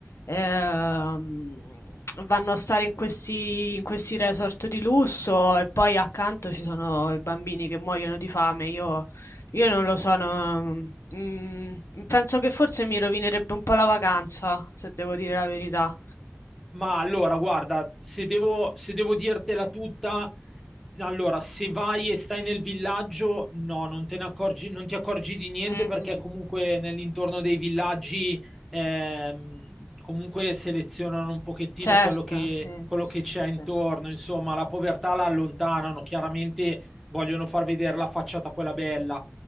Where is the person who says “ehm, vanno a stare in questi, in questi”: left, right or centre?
Left